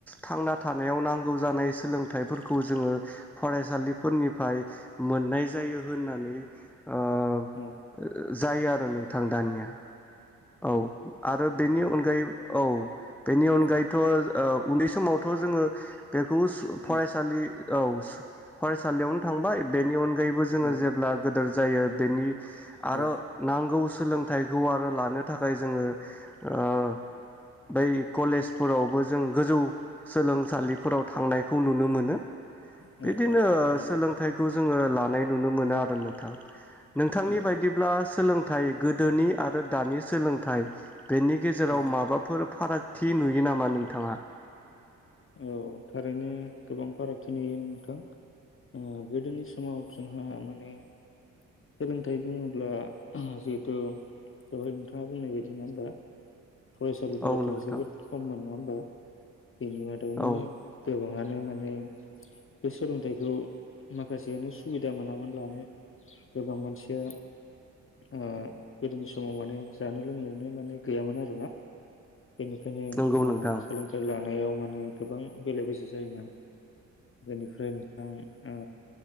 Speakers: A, in the centre; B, on the left.
A: थांना था नायाव नांगौ जानाय सोलोंथायफोर खौ जोंङो फरायसालि फोरनिफाय मोननाय जायो होननानै ओ
B: औ
A: जायो आरो नोंथां दानिया औ आरो बेनि अनगायै औ बेनि
B: औ
A: अनगायैथ ज ओ‌ उन्दै समावथ जोङो बेखौ हुस फरायसा
B: औ
A: सालि औ फरायसालियावनो थांबाय बेनि अनगा अनगायैबो जोङो
B: औ
A: जेब्ला गोदोर जायो बेनि आरो
B: औ
A: नांगौ स सोलोंथाइखौ आरो लानो थाखाय जोङो <inaudible> बै कलेजफोरावबो जों गोजौ सोलोंसालिफोराव थांनायखौ नुनो मोन <unintelligible>
B: औ
A: बिदिनो
B: औ नंगौ
A: सोलोंथाइखौ
B: नोंथां
A: जोङो ला <unintelligible> नुनो मोनो आरो नोंथां नोंथांनि
B: औ
A: बायदिब्ला सोलोंथाइ गोदोनि आरो दानि सोलोंथाइ बेनि गेजेराव
B: औ
A: माबाफोर फारागथि नुयो नामा नोंथाङा
B: औ थारैनो गोबां फारागथि नुयो नोंथां ओ गोदोनि समाव जोंहा माने सोलोंथाइ बुङोब्ला <unintelligible> जिहेथु दहाय नोंथाङा बुंनाय बायदि नङा होमबा फरायसालिफोराथ'
A: औ नोंथां
B: जोबोद खममोन नङा होमबा बिनि मादावनो
A: औ
B: गोबां मानो माने बे सोलोंथाइखौ माखासेयानो सुबिदा मोनामोन लानो गोबां मानसिया ओ गोदोनि समाव माने जानो लोंनोनो माने गैयामोन आरो <unintelligible> बेनिखायनो
A: नंगौ
B: ओ
A: नोंथां
B: सोलोंथाइ ला थांनायाव माने गोबां बेले बेजे जायोमोन बेनिफ्राय नोंथां ओ